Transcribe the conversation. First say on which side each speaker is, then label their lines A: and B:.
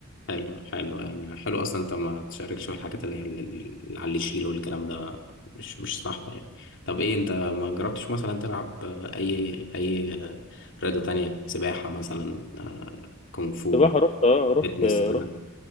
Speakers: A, on the left; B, on the left.
A: حلو حلو يعني حلو اصلا انت ما تشاركش في الحاجات اللي هي اللي على اللي يشيل والكلام ده مش مش صح يعني طب ايه انت ما جربتش مثلا تلعب آه، اي اي آه، رياضة تانية سباحة مثلا آه، كونغ فو
B: سباحة رحت اه رحت
A: فيتنس كده
B: رحت